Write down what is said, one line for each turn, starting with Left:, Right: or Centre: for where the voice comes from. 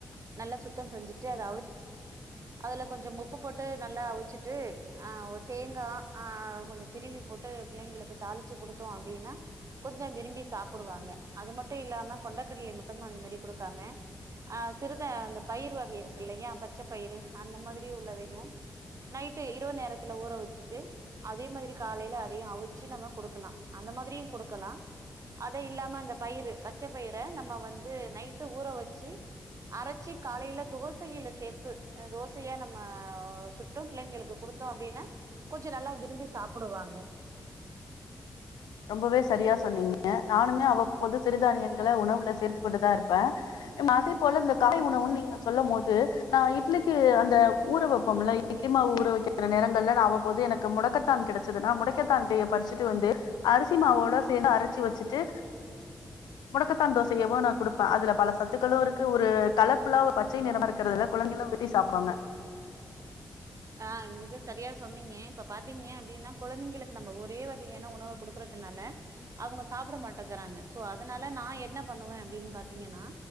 Right: நல்லா சுத்தம் செஞ்சிட்டு அத அவுச்சிட்டு அதுல கொஞ்சம் உப்பு போட்டு நல்லா அவுச்சிட்டு ஆ ஒ தேங்கா ஆ கொஞ்சொ திருவி போட்டு பிள்ளைங்ளுக்கு தாளிச்சு குடுத்தோ அப்டின்னா கொஞ்சம் விரும்பி சாப்புடுவாங்க அது மட்டு இல்லாம கொண்டக்கட்லய மட்டும் அந் மாரி குடுக்காம ஆ சிறுதா அந்த பயிற் வகை இருக்கு இல்லயா பச்ச பயிறு அந்த மாதிரி உள்ளதயு நைட்டு இரவு நேரத்துல ஊற வச்சுட்டு அதே மாதிரி காலைல அதயு அவிச்சு நம்ம குடுக்கலா அந்த மாதிரியு குடுக்கலா அதே இல்லாம இந்த பயிறு பச்ச பயிற நம்ம வந்து நைட்டு ஊற வச்சு அரச்சி காலைல தோசயில சேத்து தோசயா நம்ம சு ட்டு பிள்ளைங்களுக்கு குடுத்தோ அப்டின்னா கொஞ்சொ நல்லா விரும்பி சாப்புடுவாங்க
Left: ரொம்பவே சரியா சொன்னீங்க நானுமே அவ்வப்போது சிறுதானியங்கள உணவுல சேர்த்து கொண்டுதாருப்பே நம் அதே போல இந்த காலை உணவுன் நீங்க சொல்லம் போது நா இட்லிக்கு அந்த ஊற வப்போம்ல இட்லி மாவு ஊற வைக்கிற நேரங்கள்ல நா அவ்வப்போது எனக்கு முடக்கத்தான் கெடச்சதுன்னா முடக்கத்தான் எலைய பறிச்சுட்டு வந்து அரிசி மாவோட சேத்து அரச்சு வச்சுட்டு
Right: <inaudible>
Left: முடக்கத்தான் தோசயாவு நா குடுப்பே அதுல பல சத்துக்களு இருக்கு ஒரு கலர்ஃபுல்லா ஒரு பச்சை நிறமாரு க்றதுல கொழந்தைகளு விரும்பி சாப்டுவாங்க
Right: ஆ மிக சரியா சொன்னீங்க இப்ப பாத்தீங்க அப்டின்னா கொழந்தைங்களுக்கு நம்ம ஒரே வகையான உணவ குடுக்கற்துனால அவுங்க சாப்புட மாட்டக்றாங்க ஸோ அதனால நா என்ன பண்ணுவே அப்டின் பாத்தீங்கன்னா